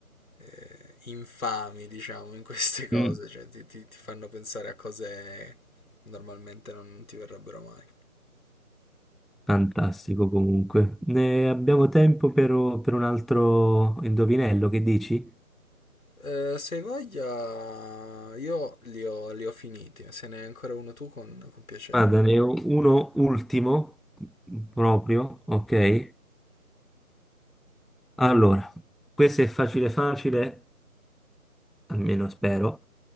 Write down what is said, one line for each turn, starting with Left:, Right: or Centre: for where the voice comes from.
Left: eh, infami, diciamo, in queste cose,
Centre: Mm.
Left: cioè ti, ti- ti fanno pensare a cose normalmente non ti verrebbero mai.
Centre: Fantastico comunque. Ne abbiamo tempo per, per un altro indovinello, che dici?
Left: Eh, se hai voglia, io li ho, li ho finiti, se ne hai ancora uno tu con con piacere.
Centre: Guarda, ne ho uno ultimo, proprio, ok? Allora, questo è facile facile, almeno spero.